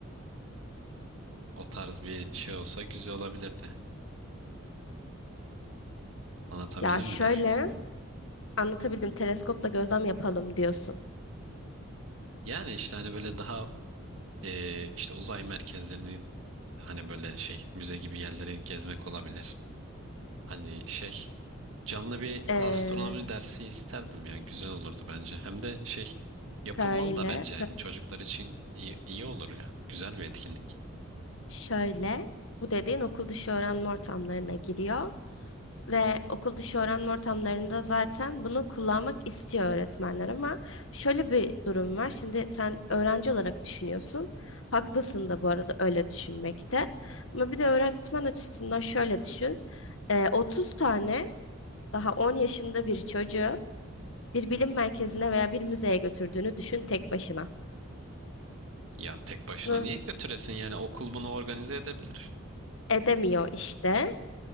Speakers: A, on the right (about 65°); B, on the left (about 65°).
A: O tarz bir şey olsa güzel olabilirdi. Anlatabildim
B: Ya şöyle
A: mi demek istiyorum?
B: anlatabildim teleskopla gözlem yapalım diyorsun.
A: Yani işte hani böyle daha e, işte uzay merkezlerini hani böyle şey müze gibi yerleri gezmek olabilir. Hani şey canlı bir
B: Ee,
A: astronomi dersi isterdim ya güzel olurdu bence. Hem de şey yapılmalı
B: şöyle,
A: da bence çocuklar için iyi, iyi olur yani. Güzel bir etkinlik.
B: şöyle bu dediğin okul dışı öğrenme ortamlarına giriyor. Ve okul dışı öğrenme ortamlarında zaten bunu kullanmak istiyor öğretmenler ama şöyle bir durum var. Şimdi sen öğrenci olarak düşünüyorsun. Haklısın da bu arada öyle düşünmekte. Ama bir de öğretmen açısından şöyle düşün. Ee, 30 tane daha 10 yaşında bir çocuğu bir bilim merkezine veya bir müzeye götürdüğünü düşün tek başına.
A: Ya tek başına
B: Hı,
A: niye götüresin yani okul bunu organize edebilir.
B: edemiyor işte.